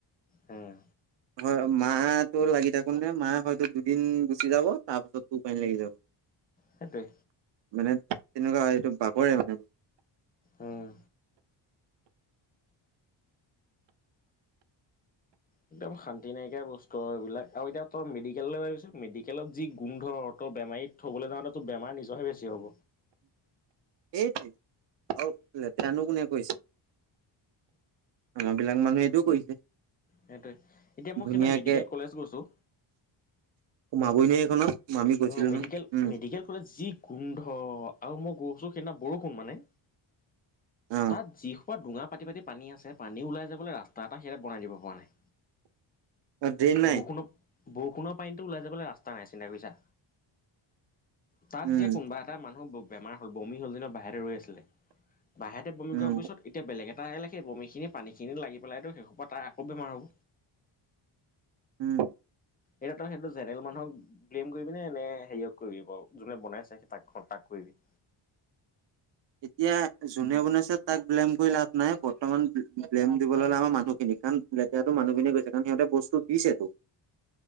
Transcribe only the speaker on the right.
হয়, মা তোৰ লাগি থাকোঁতে মা হয়তো দুদিন গুচি যাব তাৰ পাছত তোৰ পানী লাগি যাব। <inaudible>
মানে তেনেকুৱা এইটো বাগৰেই মানে।
এইটোৱে আৰু লেতেৰানো কোনে কৰিছে? আমাৰ বিলাক মানুহেইটো কৰিছে।
ধুনীয়াকে
সোমাবই নোৱাৰি এইখনত আমি গৈছিলো
নহয় উম
অ
অ ড্ৰেইন নাই
উম
উম
উম।
এতিয়া যোনে বনাইছে তাক ব্লেম কৰি লাভ নাই, বৰ্তমান ব্লেম দিবলৈ হ'লে আমাৰ মানুহখিনি কাৰণ লেতেৰাটো মানুহখিনিয়ে কৰিছে, কাৰণ সিহঁতে বস্তু দিছেতো।